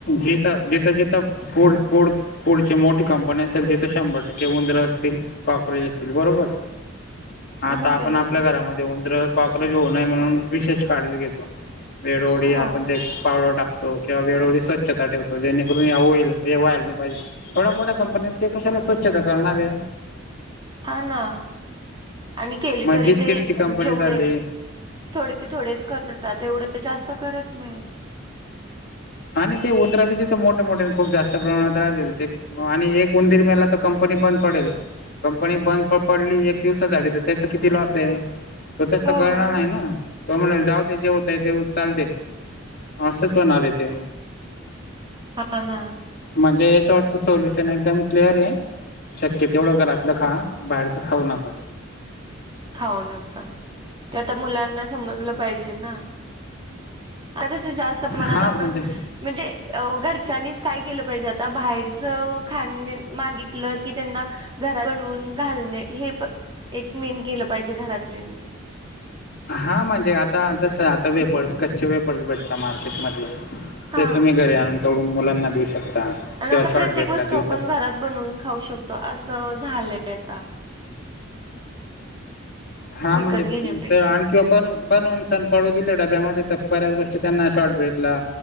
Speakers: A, on the left (about 50°); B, on the right (about 25°).
A: जथ जिथं जिथं फूड फूड पुढचे मोठी कंपनी असेल तिथे शंभर टक्के उंदरं असतील कॉक्रोच असतील बरोबर
B: <unintelligible>
A: आता
B: मग
A: आपण
B: यायचे
A: आपल्या घरामध्ये उंदरं, कॉक्रोच होऊ नये म्हणून विशेष काळजी घेतो. वेळोवेळी
B: हो
A: आपण ते पावडर टाकतो. किंवा वेळोवेळी स्वच्छता ठेवतो जेणेकरून होईल व्हायला नाही पाहिजे. एवढ्या मोठ्या कंपनी ते कशाला स्वच्छता करणार आहे ओ
B: हा ना आणि केली
A: मग
B: तरी
A: बिस्किटची
B: ते
A: कंपनी
B: जेवढे
A: झाली
B: थोडे थोडेच कर करतात. तेवढे जास्त करत नाहीत
A: आणि ते उंदर बी तिथं, मोठे मोठे आणि खूप जास्त प्रमाणात राहतील ते आणि एक उंदीर मेला तर कंपनी बंद पडेल कंपनी बंद पडली एक दिवसासाठी तर त्याच किती लॉस आहे. तो तसं
B: हो
A: करणार नाही
B: मग
A: ना तो म्हणल जावुदे जे वहतय ते होउदे. चालतय असंच होणार हे ते
B: हा ना.
A: म्हणजे याच्यावरचं सोल्युशन एकदम क्लिअर आहे. शक्य तेवढं घरातलं खा. बाहेरचं खाऊ नका.
B: खाऊ नका ते आता मुलांना समजलं पाहिजे ना. अंग जर जास्त मनात
A: हा
B: आपण.
A: म्हणजे
B: म्हणजे घरच्यांनीच काय केलं पाहिजे, आता बाहेरचं खाण मागितलं की त्यांना घरात बनवून घालणे, हे एक मेन केलं पाहिजे घरातल्यांनी
A: हा म्हणजे आता जसं आता वेफर्स कच्चे वेफर्स भेटतात मार्केटमध्ये
B: हा
A: ते तुम्ही घरी आणून तळुन मुलांना देऊ शकता.
B: आणि
A: किंवा
B: आता
A: शॉर्ट
B: प्रत्येक
A: ब्रेकला
B: वस्तू
A: देऊ
B: आपण
A: शकता
B: घरात बनवून खाऊ शकतो. असं झालंय आता
A: हा
B: विकत
A: म्हणजे
B: घेण्यापेक्षा
A: ते आणख किंवा बनवू बनवून सण पळू दिले डब्यामध्ये तर बऱ्याच गोष्टी त्यांना शॉर्ट ब्रेकला